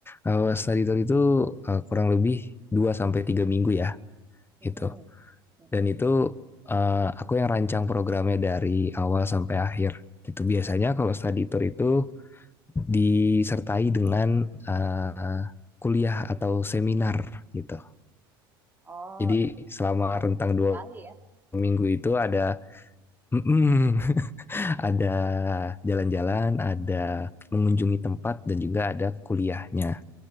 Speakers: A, on the left (about 20°); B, on the right (about 15°).
A: eh, study tour itu eh, kurang lebih 2 sampai 3 minggu ya
B: Hmm,
A: gitu.
B: hmm.
A: Dan itu eh, aku yang rancang programnya dari awal sampai akhir. Itu biasanya kalau study tour itu disertai dengan uh, kuliah atau seminar gitu.
B: Oh,
A: Jadi
B: ih,
A: selama
B: akan
A: rentang dua
B: sekali ya.
A: minggu itu ada <laughs> mm, mm, ada jalan-jalan, ada mengunjungi tempat dan juga ada kuliahnya